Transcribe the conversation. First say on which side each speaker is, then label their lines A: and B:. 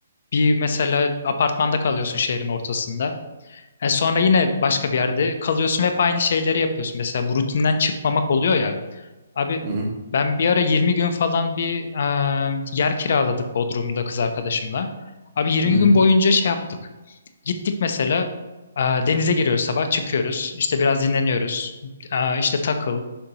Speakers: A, on the left; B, on the right.
A: bir mesela apartmanda kalıyorsun şehrin ortasında. E sonra yine başka bir yerde kalıyorsun ve hep aynı şeyleri yapıyorsun. Mesela bu rutinden çıkmamak oluyor ya. Abi
B: Hı hı.
A: ben bir ara 20 gün falan bir e, yer kiraladık Bodrum'da kız arkadaşımla. Abi 20
B: Hı hı.
A: gün boyunca şey yaptık. Gittik mesela e, denize giriyoruz sabah çıkıyoruz. İşte biraz dinleniyoruz. E, işte takıl